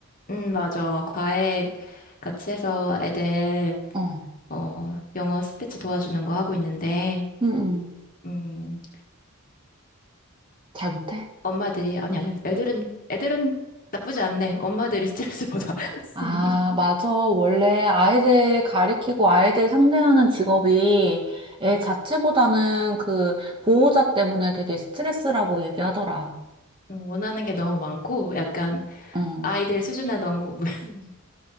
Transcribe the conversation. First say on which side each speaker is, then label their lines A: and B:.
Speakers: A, on the left; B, on the right.
A: 응, 맞아. 과외 같이 해서 애들,
B: 어.
A: 어, 영어 스피치 도와주는 거 하고 있는데,
B: 응, 응.
A: 음,
B: 잘 못해?
A: 엄마들이, 아니, 아니, 애들은, 애들은 나쁘지 않네. 엄마들이 스트레스 받아. <laughs>
B: 아, 맞아. 원래 아이들 가리키고 아이들 상대하는 직업이 애 자체보다는 그 보호자 때문에 되게 스트레스라고 얘기하더라.
A: 원하는 게 너무 많고, 약간,
B: 응.
A: 아이들 수준에 너무, <laughs>